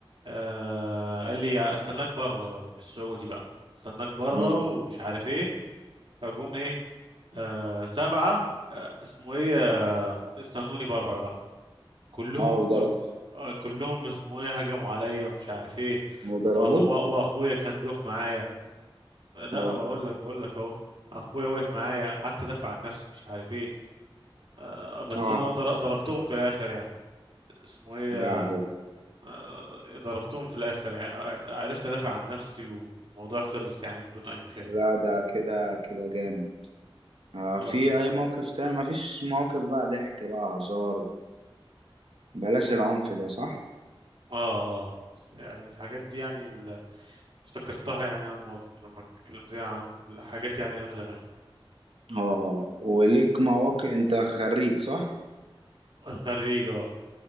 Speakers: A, on the right; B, on the right.
A: آه قال لي استناك بره بالسعودي بقى استناك بره
B: امم
A: ومش عارف ايه فجم ايه آه سبعه آه اسمه ايه آه استنوني بره بقى. كلهم
B: اه
A: آه، كلهم اسمه ايه هجموا عليا ومش عارف ايه
B: وضربه
A: وأخ- وأ- واخويا كان بيقف معايا لا
B: اه
A: بقول لك بقول لك اهو اخويا وقف معايا قعدت ادافع عن نفسي مش عارف ايه آه، بس
B: اه
A: انا ضر- ضربتهم في الاخر يعني اسمه ايه
B: لا عيب.
A: آه، ضربتهم في الاخر يعني آه، عرفت ادافع عن نفسي والموضوع خلص يعني بدون اي مشاكل
B: لا ده كده كده جامد آه
A: اه
B: في اي موقف تاني مفيش مواقف بقى ضحك بقى هزار بلاش العنف ده صح
A: اه اه بس يعني الحاجات دي يعني ال- افتكرتها يعني لما لما اتكلمت عن الحاجات يعني ايام زمان
B: اه وليك مواقف انت خريج صح
A: <laughs> خريج اه